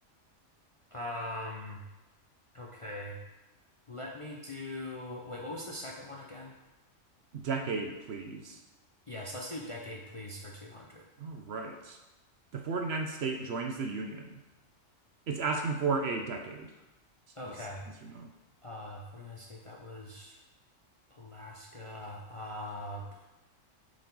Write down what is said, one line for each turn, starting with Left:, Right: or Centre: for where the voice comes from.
Left: Um, okay. Let me do, wait, what was the second one again?
Right: Decade, please.
Left: Yes, let's do decade, please, for 200.
Right: All right. The forty-ninth state joins the Union. It's asking for a decade.
Left: Okay.
Right: Just yes or no.
Left: Uh, forty-nine state, that was Alaska. Uh,